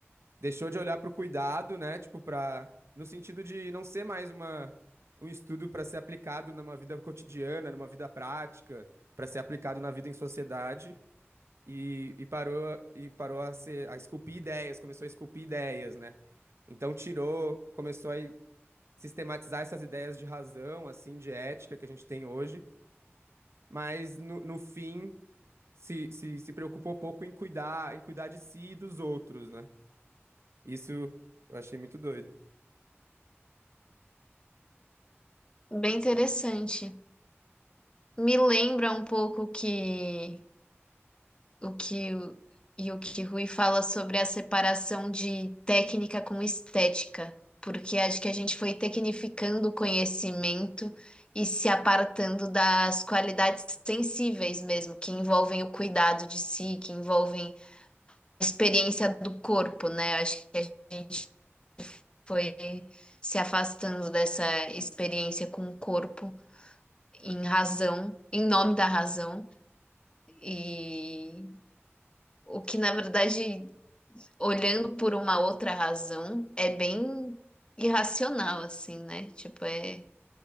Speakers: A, on the right; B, on the left.
A: deixou de olhar para o cuidado, né, tipo, para, no sentido de não ser mais uma, um estudo para ser aplicado numa vida cotidiana, numa vida prática, para ser aplicado na vida em sociedade, e, e parou, e parou a ser, a esculpir ideias, começou a esculpir ideias, né, então tirou, começou a sistematizar essas ideias de razão, assim, de ética que a gente tem hoje, mas no, no fim se, se, se preocupou pouco em cuidar, em cuidar de si e dos outros, né? Isso eu achei muito doido.
B: Bem interessante. Me lembra um pouco que o que o, e o que Rui fala sobre a separação de técnica com estética, porque acho que a gente foi tecnificando o conhecimento e se apartando das qualidades sensíveis mesmo, que envolvem o cuidado de si, que envolvem a experiência do corpo, né? Acho que a gente foi se afastando dessa experiência com o corpo em razão, em nome da razão. E o que na verdade olhando por uma outra razão, é bem irracional, assim, né? Tipo, é,